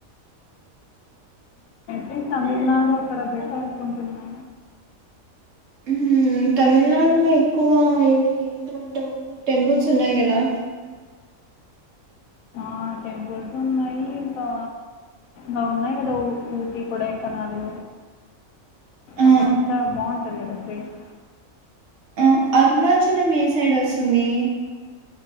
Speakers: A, on the left (about 80°); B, on the right (about 65°).
A: నేను తమిళనాడు అక్కడ బెట్టర్ అనుకుంటున్నా
B: ఉమ్ తమిళనాడులో ఎక్కువ ఇది ట టెంపుల్స్ ఉన్నాయి కదా
A: ఆ టెంపూల్స్ ఉన్నాయి ఇంకా బాగున్నాయి కదా ఊ-ఊటీ కొడైకెనాలు
B: ఆ
A: అక్కడంతా బాగుంటది కదా ప్లేస్
B: ఆ అరుణాచలం ఏ సైడ్ ఒస్తుంది.